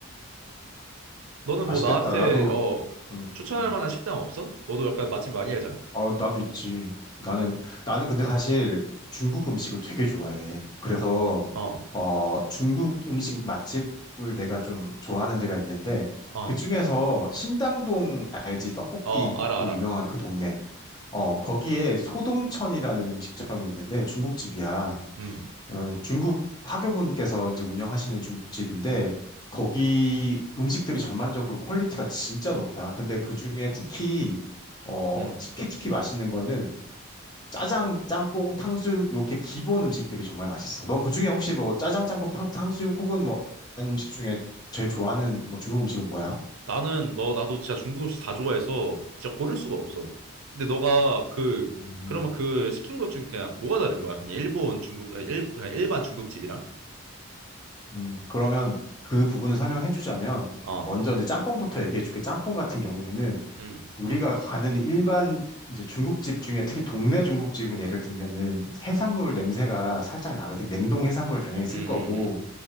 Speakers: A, on the right; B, on the left.
A: 너는
B: 맛있겠다.
A: 뭐 나한테
B: 나도,
A: 어
B: 음,
A: 추천할
B: 음.
A: 만한 식당 없어? 너도 약간 맛집 많이 알잖아.
B: 어, 나도 있지. 나는, 나는 근데 사실 중국 음식을 되게 좋아해. 그래서,
A: 어,
B: 어, 중국 음식 맛집을 내가 좀 좋아하는 데가 있는데,
A: 어,
B: 그 중에서 신당동 알지? 떡볶이로
A: 어, 알아, 알아.
B: 유명한 그 동네. 어, 거기에 소동천이라는 음식점이 있는데 중국집이야.
A: 음,
B: 어, 중국 화교분께서 이제 운영하시는 중국집인데 거기 음식들이 전반적으로 퀄리티가 진짜 높아. 근데 그중에 특히 어
A: 음.
B: 특히 특히 맛있는 거는 짜장, 짬뽕, 탕수육 이렇게 기본 음식들이 정말 맛있어. 너 그중에 혹시 뭐 짜장, 짬뽕, 탕, 탕수육 혹은 뭐 이런 음식 중에 제일 좋아하는 뭐 중국 음식은 뭐야?
A: 나는 너 나도 진짜 중국 음식 다 좋아해서 진짜 고를 수가 없어. 근데 너가 그
B: 음,
A: 그러면 그 시킨 것 중에 그냥 뭐가 다른 거야? 그냥 일본 중국 아, 일 그냥 일반 중국집이랑?
B: 음, 그러면 그 부분을 설명해 주자면
A: 어,
B: 먼저 이제 짬뽕부터 얘기해 줄게. 짬뽕 같은 경우에는
A: 음,
B: 우리가 가는 일반 이제 중국집 중에 특히 동네 중국집은 예를 들면은 해산물 냄새가 살짝 나거든. 냉동 해산물 당연히 쓸
A: 음,
B: 거고
A: 음,